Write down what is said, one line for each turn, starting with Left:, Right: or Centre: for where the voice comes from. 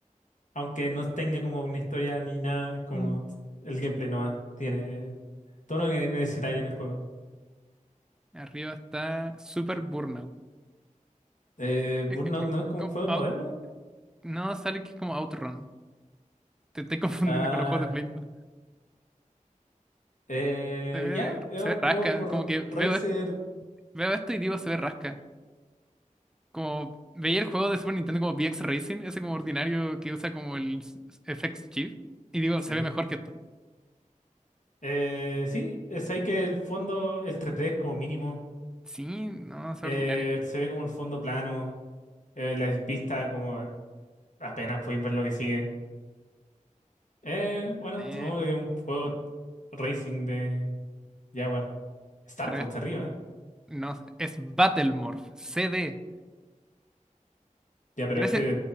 Left: aunque no tenga como una historia ni nada, es como
Centre: Mm.
Left: el gameplay nomás tiene todo lo que necesitáis en el juego.
Centre: Arriba está Super Burnout.
Left: Eh, Burnout
Centre: Eh, eh, eh,
Left: no es como
Centre: como
Left: un juego
Centre: out-
Left: moderno.
Centre: no, sale que es como Outrun. Te estoy <laughs> confundiendo
Left: Ah,
Centre: con los juegos de Play.
Left: eh,
Centre: Se ve,
Left: ya, es
Centre: se
Left: un
Centre: ve rasca,
Left: juego como r-
Centre: como que
Left: Racer.
Centre: veo, est- veo esto y digo se ve rasca. Como veía el juego de Super Nintendo como VX Racing, ese como ordinario que usa como el s- FX chip, y digo,
Left: Sí.
Centre: se ve mejor que esto.
Left: Eh, sí, es ahí que el fondo, el tres d es como mínimo.
Centre: Sí, no, es
Left: Eh,
Centre: ordinario.
Left: se ve como un fondo plano. eh, la pista como apenas puedes ver lo que sigue. Eh, bueno,
Centre: Eh,
Left: supongo que un juego racing de Jaguar. Star
Centre: re-
Left: Fox arriba, ¿eh?
Centre: no, sé. es Battlemorph, CD.
Left: Ya, pero
Centre: Gracias,
Left: este,